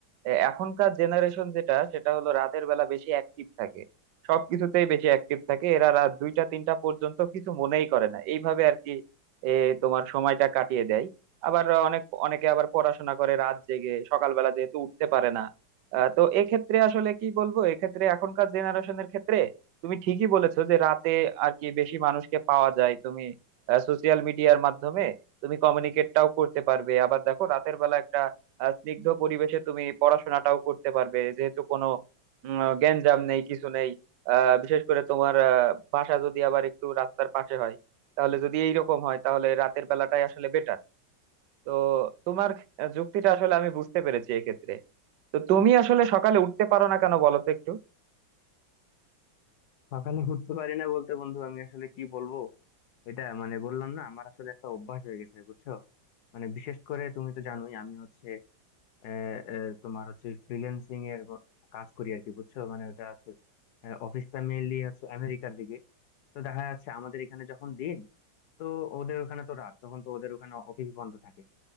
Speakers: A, on the right; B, on the left.
A: আহ, এখনকার জেনারেশন যেটা সেটা হলো রাতের বেলা বেশি অ্যাক্টিভ থাকে সবকিছুতেই বেশি অ্যাক্টিভ থাকে এরা রাত দুইটা তিনটা পর্যন্ত কিছু মনেই করে না এইভাবে আর কি এ, তোমার সময়টা কাটিয়ে দেয় আবার অনেক অনেকে আবার পড়াশোনা করে রাত জেগে সকালবেলা যেহেতু উঠতে পারে না আহ, তো এক্ষেত্রে আসলে কি বলবো এক্ষেত্রে এখনকার জেনারেশনের ক্ষেত্রে তুমি ঠিকই বলেছো যে রাতে আর কি বেশি মানুষকে পাওয়া যায় তুমি সোশ্যাল মিডিয়ার মাধ্যমে তুমি কমিউনিকেটটাও করতে পারবে আবার দেখো রাতের বেলা একটা আহ, স্নিগ্ধ পরিবেশে তুমি পড়াশোনাটাও করতে পারবে যেহেতু কোনো উম, গ্যাঞ্জাম নেই কিছু নেই আহ, বিশেষ করে তোমার আহ, বাসা যদি আবার একটু রাস্তার পাশে হয় তাহলে যদি এইরকম হয় তাহলে রাতের বেলাটাই আসলে বেটার তো তোমার আহ, যুক্তিটা আসলে আমি বুঝতে পেরেছি এক্ষেত্রে তো তুমি আসলে সকালে উঠতে পারো না কেন বলো তো একটু
B: সকালে উঠতে পারি না বলতে বন্ধু আমি আসলে কি বলবো এটা মানে বললাম না আমার আসলে একটা অভ্যাস হয়ে গেছে বুঝছো মানে বিশেষ করে তুমি তো জানোই আমি হচ্ছে আহ, আহ, তোমার হচ্ছে ফ্রিল্যান্সিং এর ব- কাজ করি আর কি বুঝছো মানে ওটা হচ্ছে অফিসটা মেইনলি হচ্ছে আমেরিকার দিকে তো দেখা যাচ্ছে আমাদের এখানে যখন দিন তো ওদের ওখানে তো রাত তখন তো ওদের ওখানে অফিস বন্ধ থাকে